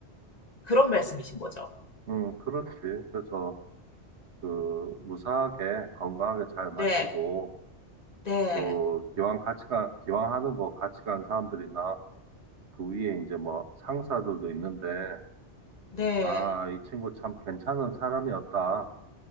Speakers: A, on the left; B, on the right.
A: 그런 말씀이신 거죠.
B: 음, 그렇지. 그래서 그 무사하게 건강하게 잘 마치고
A: 네, 네,
B: 또 기왕 같이 가, 기왕하는 거 같이 간 사람들이나 그 위에 이제 뭐 상사들도 있는데,
A: 네,
B: 아, 이 친구 참 괜찮은 사람이었다.